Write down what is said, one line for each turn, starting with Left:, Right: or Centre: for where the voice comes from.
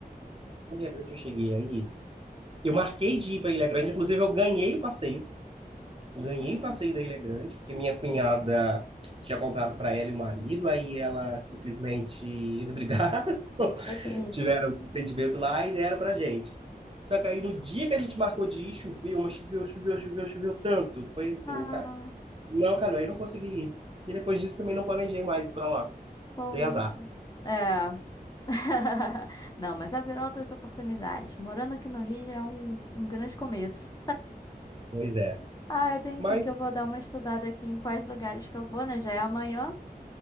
Right: Em Ilha Grande eu cheguei aí. Eu marquei de ir para Ilha Grande, inclusive eu ganhei o passeio. Ganhei
Left: Hum,
Right: o passeio da Ilha Grande, porque minha cunhada tinha comprado para ela e o marido, aí ela simplesmente eles brigaram, <laughs>
Left: Eita.
Right: tiveram um desentendimento lá e deram pra gente. Só que aí no dia que a gente marcou de ir, choveu, mas choveu, choveu, choveu, choveu tanto. Foi assim,
Left: Ah,
Right: cara. Não, cara, aí não consegui ir. E depois disso também não planejei mais ir pra lá.
Left: poxa.
Right: Dei azar.
Left: É. <laughs> Não, mas haverão outras oportunidades. Morando aqui no Rio já é um, um grande começo.
Right: Pois é.
Left: Ah, eu tenho
Right: Mas,
Left: que ir, que eu vou dar uma estudada aqui em quais lugares que eu vou, né? Já é amanhã.